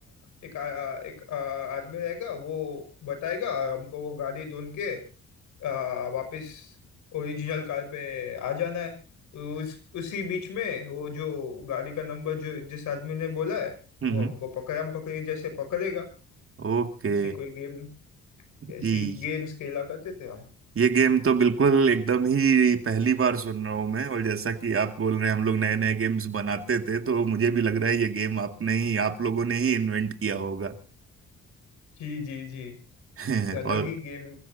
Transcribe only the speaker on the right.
हम्म,
हम्म,
ओके
जी
ये गेम तो बिल्कुल एकदम ही पहली बार सुन रहा हूं मैं और जैसा कि आप बोल रहे हैं हम लोग नए नए गेम्स बनाते थे तो मुझे भी लग रहा है ये गेम आपने ही आप लोगों ने ही इन्वेंट किया होगा
<laughs>
और